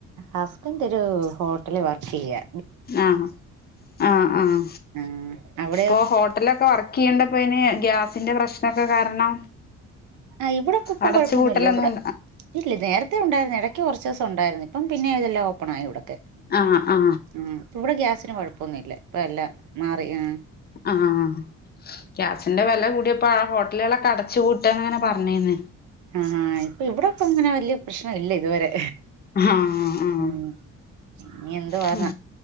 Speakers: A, on the right (about 80°); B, on the left (about 30°).
A: ഹസ്ബൻഡൊരു ഹോട്ടലി വർക്കെയ്യാ
B: ആഹ് ആഹ് ആഹ്
A: ആഹ് അവിടെയോ
B: പ്പൊ ഹോട്ടലൊക്കെ വർ ക്കിയണ്ടപ്പയ്ന് ഗ്യാസിന്റെ പ്രശ്നക്കെ കാരണം
A: ആ ഇവടെക്കുപുംകൊഴപ്പൊന്നുല്ല
B: അടച്ചു പൂട്ടലൊന്നും
A: ഇവ്ടെ ഇല്ല നേരത്തെ ഒണ്ടായിരുന്ന്. എടയ്ക്ക് കൊറച്ചെസം ഒണ്ടായിരുന്ന് ഇപ്പം പിന്നെ ഇതെല്ലാം ഓപ്പണായി ഇവ്ടക്കെ
B: ആ ആ
A: ഉം പ്പവ്ടെ ഗ്യാസിന് കൊഴപ്പൊന്നുല്ല ഇപ്പ എല്ലാം മാറി ആ
B: ആഹ് ഗ്യാസിന്റെ വെല കൂടിയപ്പാ ഹോട്ടലുകളൊക്കെ അടച് ച്ചുപൂട്ടാനങ്ങനെ പറഞ്ഞേന്
A: ആഹ്ഹാ ഇപ്പൊവ്ടെപ്പങ്ങനെ വല്ല്യ പ്രശ്നവില്ല ഇതുവരെ
B: ഹാഹ് ആഹ്
A: ഉം ഇനി എന്തുവാന്ന
B: ഹ